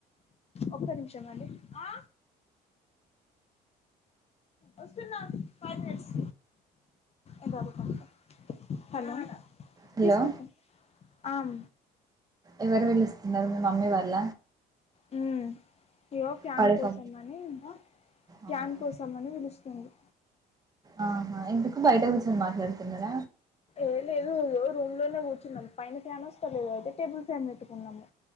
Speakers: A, on the left; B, on the right.
A: ఒక్క నిమిషం అండి అ వస్తున్న ఫైవ్ మినిట్స్ ఇదది కొంట హలో
B: హలో
A: తీస్కపో ఆం
B: ఎవరు పిలుస్తున్నారు మీ మమ్మీ వాళ్ళ
A: మ్మ్ ఏవో ఫ్యాన్
B: పడుకో
A: కోసం అని అ
B: అవునా
A: ఫ్యాన్ కోసం అని పిలుస్తుంది
B: ఆహా ఎందుకు బయట కూర్చొని మాట్లాడుతున్నర
A: ఏ లేదు రూమ్ లోనే కూర్చున్నాం పైన ఫ్యాన్ వస్తా లేదయితే టేబుల్ ఫ్యాన్ పెట్టుకున్నాము